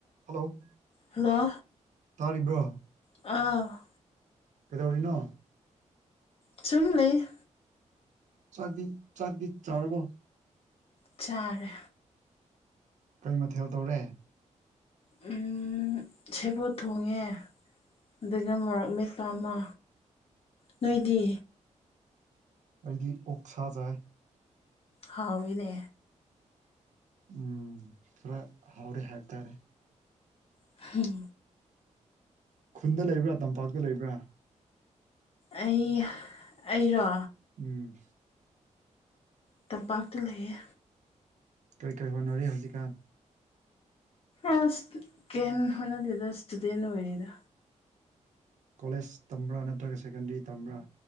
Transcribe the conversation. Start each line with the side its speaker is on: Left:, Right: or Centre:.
Right: ꯍꯜꯂꯣ
Left: ꯍꯜꯂꯣ
Right: ꯇꯥꯔꯤꯕ꯭ꯔꯣ
Left: ꯑꯥ
Right: ꯀꯩꯗꯧꯔꯤꯅꯣ
Left: ꯁꯨꯝ ꯂꯩ
Right: ꯆꯥꯗꯤ ꯆꯥꯡꯗꯤ ꯆꯔꯕꯣ
Left: ꯆꯥꯔꯦ
Right: ꯀꯩ ꯃꯊꯦꯜ ꯗꯧꯔꯦ
Left: ꯎꯝ ꯁꯦꯕꯣꯠ ꯊꯣꯉꯦ ꯑꯗꯨꯒ ꯃꯣꯔꯛ ꯃꯦꯠ ꯄꯥ ꯑꯃꯥ ꯅꯣꯏꯗꯤ
Right: ꯑꯩꯗꯤ ꯑꯣꯛꯁꯥ ꯆꯥꯏ
Left: ꯍꯥꯎꯋꯤꯅꯦ
Right: ꯎꯝ ꯈꯔ ꯍꯥꯎꯔ‌ꯦ ꯍꯥꯏꯇꯥꯔꯦ
Left: ꯍꯝ
Right: ꯈꯨꯟꯗ ꯂꯩꯕ꯭ꯔꯥ ꯇꯝꯄꯥꯛꯇ ꯂꯩꯕ꯭ꯔꯥ
Left: ꯑꯩ ꯑꯩꯔꯣ
Right: ꯎꯝ
Left: ꯇꯝꯄꯥꯛꯇ ꯂꯩꯌꯦ
Right: ꯀꯔꯤ ꯀꯔꯤ ꯍꯣꯅꯔꯤ ꯍꯧꯖꯤꯛꯀꯥꯟ
Left: ꯑꯁ ꯀ‌ꯦꯝ ꯍ‌ꯣꯅꯗ‌ꯦꯗ ꯏꯁꯇꯨꯗꯦꯟ ꯑꯣꯏꯔꯤꯗ
Right: ꯀꯣꯂꯦꯖ ꯇꯝꯕ꯭ꯔꯥ ꯅꯠꯇ꯭ꯔꯒ ꯁꯦꯀꯦꯟꯗꯔꯤ ꯇꯝꯕ꯭ꯔꯥ